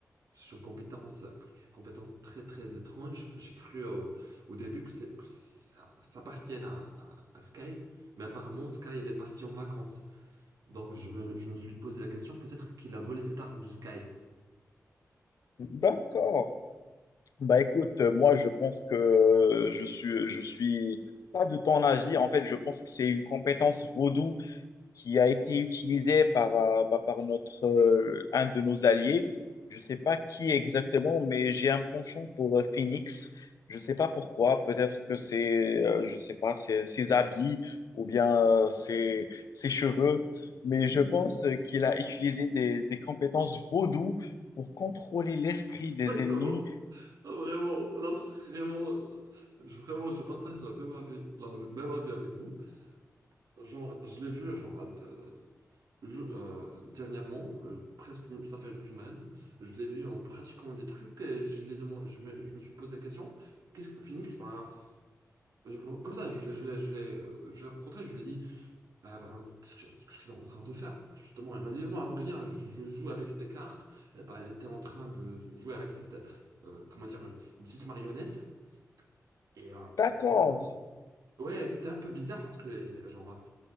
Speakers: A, on the right; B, on the left.
A: c'est une compétence, euh, une compétence très très étrange. J'ai cru euh, au début que, c'est- que ça, ça appartienne à, à- à Sky, mais apparemment Sky, il est parti en vacances. Donc je me, je me suis posé la question, peut-être qu'il a volé cette arme de Sky.
B: D'accord. Bah écoute, euh, moi je pense que euh, je suis, je suis pas de ton avis. En fait, je pense que c'est une compétence vaudou qui a été utilisée par, euh, bah, par notre, euh, un de nos alliés. Je sais pas qui exactement, mais j'ai un penchant pour euh, Phoenix. Je sais pas pourquoi. Peut-être que c'est, euh, je sais pas, ses, ses habits ou bien euh, ses, ses cheveux. Mais je pense euh, qu'il a utilisé des, des compétences vaudou pour contrôler l'esprit des
A: Exactement.
B: ennemis
A: Vraiment, là, vraiment, là, je, vraiment, je partage la même avis, la même avis avec vous. Genre, je l'ai vu, genre, euh, je- euh, dernièrement, euh, presque, une- ça fait une semaine, je l'ai vu en pratiquant des trucs et je l'ai demandé, je me, je me suis posé la question, qu'est-ce que Phoenix, ben, je- comme ça, je l'ai, je l'ai, je l'ai, euh, je l'ai rencontré, je lui ai dit, ah ben, qu'est-ce que qu'est-ce que c'est en train de faire? Bah, Justement, elle m'a dit, non, rien, je joue avec tes cartes. Eh ben, elle était en train de jouer avec cette, euh, comment dire, une petite marionnette. Et euh,
B: D'accord.
A: c'était un peu... Ouais, c'était un peu bizarre parce que, euh, genre,